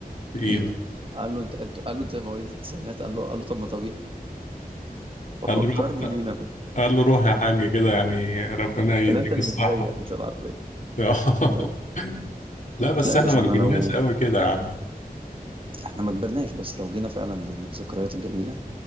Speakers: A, on the left; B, on the right.
A: في
B: في
A: ايده
B: ايده قال له انت انت قال له انت مواليد التسعينات قال له قال له طب ما طبيعي ففكرني
A: قال له روح
B: بينا يا باشا
A: قال له روح يا حاج كده يعني ربنا يديك
B: ده انت اللي
A: الصحة
B: بتزيق مش العربية
A: <laughs>
B: بس
A: لا بس
B: لا يا
A: احنا
B: باشا
A: ما
B: انا
A: كبرناش
B: لو
A: قوي كده يا عم
B: احنا ما كبرناش بس لو جينا فعلا للذكريات الجميلة